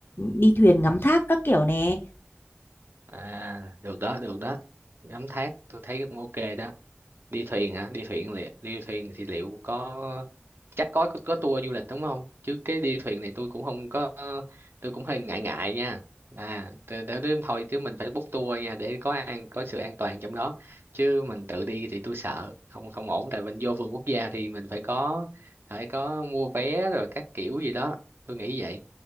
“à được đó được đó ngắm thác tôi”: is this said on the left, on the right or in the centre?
Right